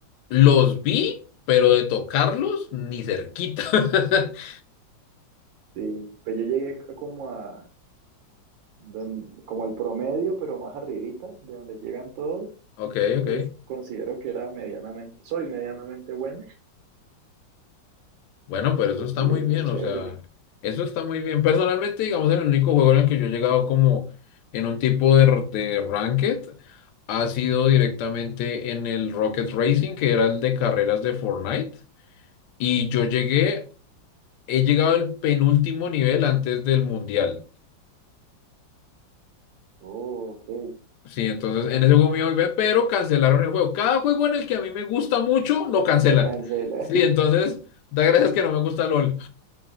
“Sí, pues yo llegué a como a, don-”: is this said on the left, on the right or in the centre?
Right